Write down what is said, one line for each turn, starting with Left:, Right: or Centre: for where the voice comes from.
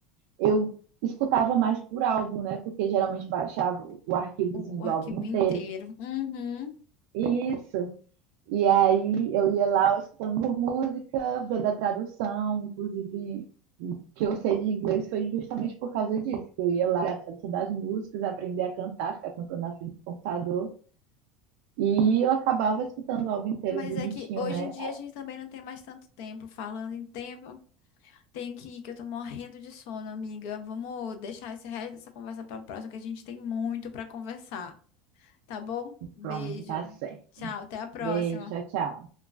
Right: eu escutava mais por álbum, né? Porque geralmente baixava o arquivozinho
Left: O,
Right: do
Left: o arquivo
Right: álbum inteiro.
Left: inteiro. Uhum.
Right: Isso. E aí eu ia lá escutando por música, vendo a tradução, inclusive o que eu sei de inglês foi justamente por causa disso, que eu ia lá olhar a tradução das músicas, aprender a cantar, ficar cantando na frente do computador, e eu acabava escutando o álbum inteiro
Left: Mas
Right: bonitinho,
Left: é que hoje
Right: né?
Left: em dia a gente também não tem mais tanto tempo. Falando em tempo, tenho que ir, que eu tô morrendo de sono, amiga. Vamos deixar esse resto dessa conversa pra próxima, que a gente tem muito pra conversar. Tá bom? Beijo.
Right: Pronto, tá certo.
Left: Tchau, até a próxima.
Right: Beijo, tchau, tchau.